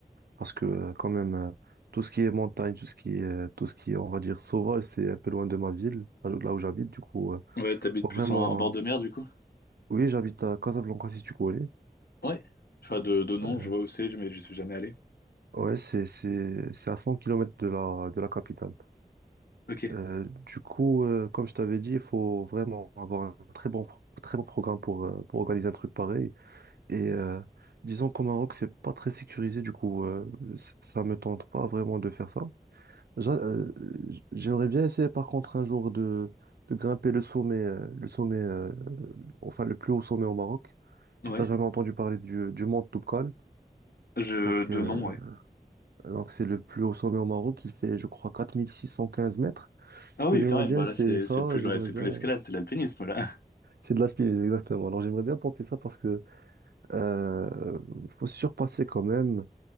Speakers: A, on the right; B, on the left.
A: Parce que, euh, quand même, euh, tout ce qui est montagne, tout ce qui est, euh, tout ce qui est, on va dire, sauvage, c'est un peu loin de ma ville, là où là où j'habite. Du coup, euh,
B: Ouais, t'habites
A: faut
B: plus
A: vraiment.
B: en, en bord
A: euh,
B: de mer, du coup?
A: Oui, j'habite à Casablanca, si tu connais.
B: Ouais. Enfin, de, de nom,
A: Euh,
B: je vois où c'est, mais je suis jamais allé.
A: ouais, c'est, c'est, c'est à 100 kilomètres de la, de la capitale.
B: Ok.
A: Euh, du coup, euh, comme je t'avais dit, il faut vraiment avoir un très bon, pro- très bon programme pour, euh, pour organiser un truc pareil. Et euh, disons qu'au Maroc, c'est pas très sécurisé, du coup, euh, c- ça me tente pas vraiment de faire ça. J'a- euh, j- J'aimerais bien essayer, par contre, un jour de, de grimper le sommet, euh, le sommet, euh, enfin, le plus haut sommet au Maroc.
B: Ouais.
A: Si t'as jamais entendu parler du, du mont Toubkal,
B: Je,
A: donc
B: de
A: euh,
B: nom, ouais.
A: donc, c'est le plus haut sommet au Maroc. Il fait, je crois, 4615 mètres.
B: Ah
A: Du coup,
B: oui,
A: j'aimerais
B: quand même.
A: bien
B: Bah
A: essayer
B: là, c'est
A: ça.
B: c'est plus, le-
A: J'aimerais
B: c'est
A: bien.
B: plus l'escalade, c'est l'alpinisme, là.
A: C'est de l'alpinisme, exactement. Alors, j'aimerais bien tenter ça parce que euh, faut se surpasser quand même.